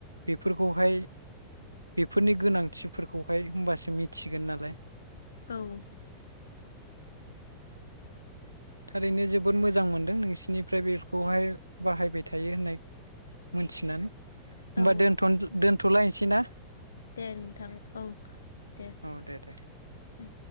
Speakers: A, on the right; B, on the left.
A: बेफोरखौहाय बेफोरनि गोनांथिफोरखौहाय होमबासो मिथिगोन नालाय।
B: औ
A: ओरैनो जोबोद मोजां मोनदों नोंसिनिफ्राय बेखौहाय बाहायबाय थायो होननाय मोनथिनानै। होमबा
B: औ
A: दोनथ दोन थलायनोसै ना?
B: दे नोंथां औ दे
A: औ दे दे
B: दे।